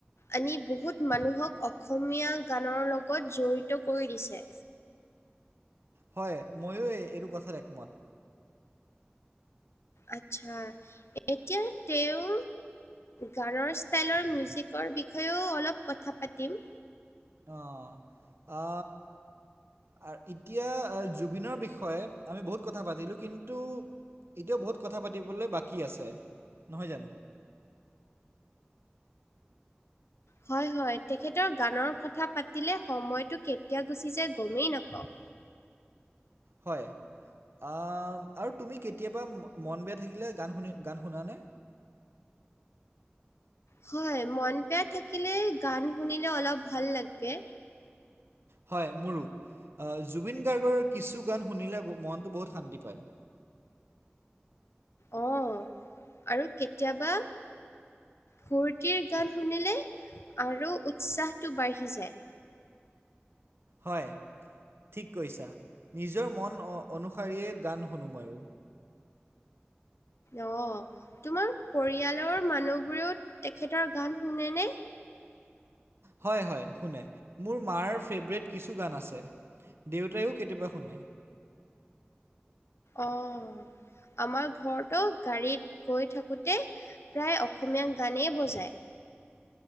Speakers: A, on the left; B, on the right.
A: আনি বহুত মানুহক অসমীয়া গানৰ লগত জড়িত কৰি দিছে।
B: হয়, ময়ো এ-এইটো কথাত একমত।
A: আচ্ছা, এতিয়া তেওঁ গানৰ ষ্টাইলৰ মিউজিকৰ বিষয়েও অলপ কথা পাতিম।
B: অ' আ আ, এতিয়া জুবিনৰ বিষয়ে আমি বহুত কথা পাতিলোঁ কিন্তু এতিয়াও বহুত কথা পাতিবলৈ বাকী আছে নহয় জানো?
A: হয় হয়, তেখেতৰ গানৰ কথা পাতিলে সময়টো কেতিয়া গুচি যায় গমেই নাপাওঁ।
B: হয় আ, আৰু তুমি কেতিয়াবা মন বেয়া থাকিলে গান শুনি গান শুনানে?
A: হয় মন বেয়া থাকিলে গান শুনিলে অলপ ভাল লাগে।
B: হয় মোৰো। আ, জুবিন গাৰ্গৰ কিছু গান শুনিলে মনটো বহুত শান্তি পায়।
A: অ' আৰু কেতিয়াবা ফূৰ্তিৰ গান শুনিলে আৰু উৎসাহটো বাঢ়ি যায়।
B: হয়, ঠিক কৈছা। নিজৰ মন অনুসৰিয়ে গান শুনো মই।
A: অ'। তোমাৰ পৰিয়ালৰ মানুহবোৰেও তেখেতৰ গান শুনেনে?
B: হয় হয় শুনে। মোৰ মাৰ ফেভৰেট কিছু গান আছে। দেউতায়ো কেতিয়াবা শুনে।
A: অ' আমাৰ ঘৰতো গাড়ীত গৈ থাকোতে প্ৰায় অসমীয়া গানেই বজায়।